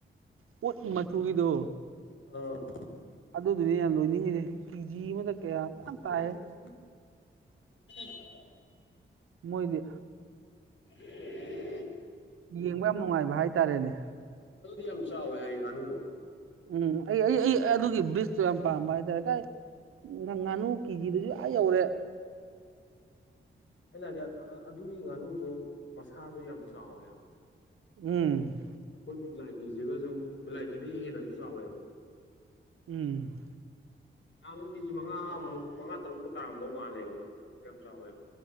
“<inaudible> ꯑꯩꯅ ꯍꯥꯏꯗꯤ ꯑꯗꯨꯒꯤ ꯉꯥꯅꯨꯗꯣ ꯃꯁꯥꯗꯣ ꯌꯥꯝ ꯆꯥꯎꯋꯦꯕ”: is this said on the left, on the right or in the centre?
Left